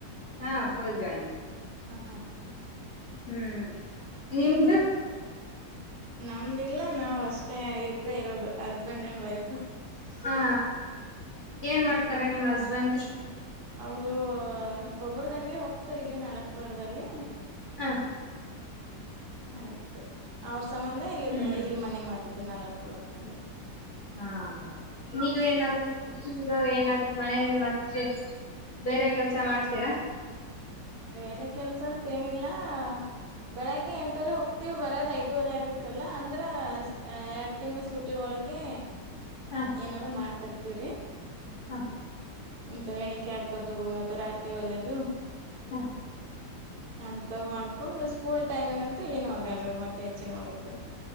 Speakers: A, on the left; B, on the right.
A: ಹಾ. ಫುಲ್ ಜಾಯಿಂಟ್
B: ಆ.
A: ಹ್ಮು ನಿಮ್ದು?
B: ನಮ್ದೆಲ್ಲ ನಾವ್ ಅಷ್ಟ್ಐವ್ ಇಬ್ರೇ ಇರೋದು. ಹಸ್ಬೆಂಡ್ ಅಂಡ್ ವೈಫ್
A: ಹಾ. ಏನ್ ಮಾಡ್ತಾರೆ ನಿಮ್ ಹಸ್ಬೆಂಡ್.
B: ಅವ್ರು ಗೊಬ್ರದಂಗಡಿ ಹೋಗ್ತಾರ್ ಇಲ್ಲೆ ನಲತ್ವಾಡ್ದಲ್ಲಿ.
A: ಹಾ
B: ಆಯ್ತು ಅವ್ರ್ ಸಂಬಂಧ ಇಲ್ಲಿ
A: ಹ್ಮ್
B: ಬಂ ಇಲ್ಲಿ ಮನೆ ಮಾಡಿದ್ದು ನಲತ್ವಡ್ ಅಣ.
A: ಹಾ ನೀವೂ ಏನಾದ್ರು ಟಿಪ್ಸಿಂಗ್ <unintelligible> ಏನಾದ್ರು ಮನೇಯಲ್ಲಿ ಮತ್ತೆ ಬೇರೆ ಕೆಲ್ಸ ಮಾಡ್ತೀರಾ
B: ಬೇರೆ ಕೆಲ್ಸ ಅಂತ ಏನಿಲ್ಲಾ ಬೆಳಗ್ಗೆ ಎಂಟುವರೆ ಹೋಗ್ತಿವಿ ಬರದ್ ಐದುವರೆ ಆಗತ್ತಲ್ಲ ಅಂದ್ರ ಎರಡ್ ತಿಂಗಳ ಸುಟ್ಟಿ ಸುಟ್ಟಿ ಒಳಗೆ
A: ಹ
B: ಏನಾರು ಮಾಡ್ತಿರ್ತಿವ್ರಿ
A: ಹಾ
B: ಎಂತ ಎಣಿಕೆ ಹಾಕೋದು ಮತ್ತೆ ರಾತ್ರಿ ಹೊಲಿಯೋದು
A: ಹಾ
B: ಅಂತ ಮಾಡ್ಕೊಂಡ್ ಸ್ಕೂಲ್ ಟೈಮಿಂಗ್ ಅಂತೂ ಏನ್ ಆಗಲ್ರಿ ಮತ್ತೆ ಹೆಚ್ಚಿನ ವರ್ಕ್.